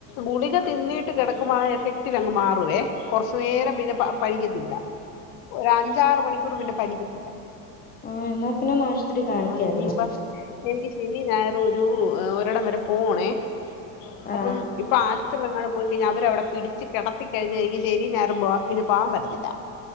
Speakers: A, on the left; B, on the left.
A: ഗുളിക
B: ആ
A: തിന്നീട്ട് കിടക്കുമ്പോൾ ആ എഫക്റ്റിൽ അങ്ങ് മാ റുവേ കുറച്ചു നേരം പിന്നെ പ പനിക്കത്തില്ല ഒരഞ്ചാറ് മണിക്കൂർ പിന്നെ പനിക്കത്തില്ല
B: ആ എന്നാ പിന്നെ ഒന്നാശുപത്രി കാണിക്കായിര്ന്നു.
A: ആഹ് ഇനിയിപ്പ എനിക്ക് ശനി, ഞായറു ഒരു ഒരെടം വരെ പോകണേ അപ്പം
B: ആഹ്
A: ഇപ്പൊ ആശുപത്രിയിലെങ്ങാനും പോയി കഴിഞ്ഞാൽ അവരവിടെ പിടിച്ച് കെട കടത്തിക്കഴിഞ്ഞ എനിക്ക് ശനി ഞായറും പോവാൻ പറ്റത്തില്ല